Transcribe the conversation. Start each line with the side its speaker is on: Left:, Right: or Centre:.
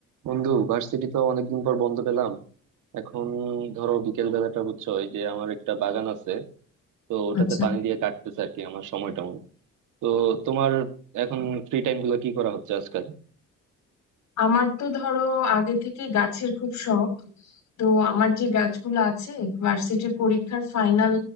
Right: বন্ধু ভার্সিটি তো অনেকদিন পর বন্ধ পেলাম এখন ধরো বিকেল বেলাটা বুঝছো এই যে আমার একটা বাগান আছে তো ওটাতে
Left: আচ্ছা
Right: পানি দিয়ে কাটতেছে আর কি আমার সময়টা অনেক। তো তোমার এখন ফ্রি টাইম গুলো কি করা হচ্ছে আজকাল
Left: আমার তো ধরো আগে থেকে গাছের খুব শখ তো আমার যে গাছগুলো আছে ভার্সিটির পরীক্ষার ফাইনাল